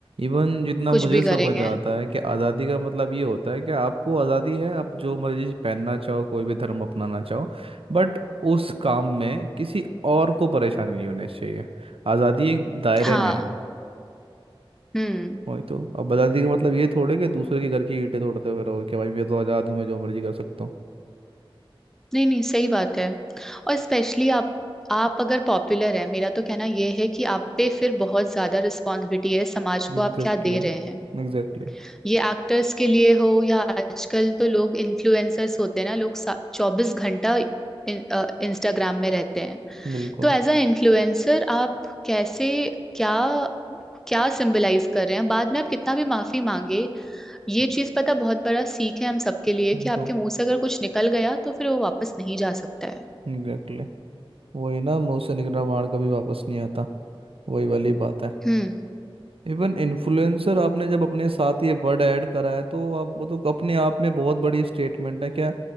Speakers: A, on the right; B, in the centre.
A: इवन जितना
B: कुछ
A: मुझे
B: भी करेंगे
A: समझ आता है कि आज़ादी का मतलब ये होता है कि आपको आज़ादी है आप जो मर्जी पहनना चाहो कोई भी धर्म अपनाना चाहो बट उस काम में किसी और को परेशानी नहीं होनी चाहिए आज़ादी एक दायरे
B: हाँ
A: में है
B: हम्म
A: वही तो अब आज़ादी का मतलब ये थोड़े कि दूसरे के घर की ईंटें तोड़ते हुए रहो कि भाई मैं तो आज़ाद हूँ मैं जो मर्जी कर सकता हूँ
B: नहीं नहीं सही बात है और स्पेशली आप आप अगर पॉपुलर हैं मेरा तो कहना यह है कि आप पे फिर बहुत ज्यादा रिस्पॉन्सिबिलिटी है समाज को
A: Exactly
B: आप क्या दे रहे हैं
A: exactly
B: ये एक्टर्स के लिए हो या आजकल तो लोग इन्फ्लुएंसर्स होते हैं ना लोग चौबीस घंटा इंस्टाग्राम में रहते हैं
A: बिल्कुल
B: तो एज अ इन्फ्लुएंसर आप कैसे क्या क्या सिंबलाइज कर रहे हैं बाद में आप कितना भी माफी मांगे ये चीज पता बहुत बड़ा सीख है हम सबके लिए कि आपके
A: तो
B: मुंह से अगर कुछ निकल गया तो फिर वो वापस नहीं जा सकता है
A: एग्जैक्टली वही ना मुंह से निकला मार कभी वापस नहीं आता वही वाली बात है
B: हम्म
A: इवन इन्फ्लुएंसर आपने जब अपने साथ ये वर्ड ऐड करा है तो आप वो तो अपने आप में बहुत बड़ी स्टेटमेंट है क्या